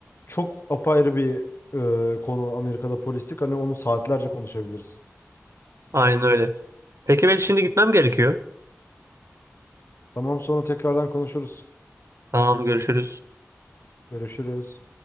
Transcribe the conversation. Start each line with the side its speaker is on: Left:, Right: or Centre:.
Left: Çok apayrı bir e, konu Amerika'da polislik. Hani onu saatlerce konuşabiliriz.
Right: Aynen öyle. Peki ben şimdi gitmem gerekiyor.
Left: Tamam sonra tekrardan konuşuruz.
Right: Tamam görüşürüz.
Left: Görüşürüz.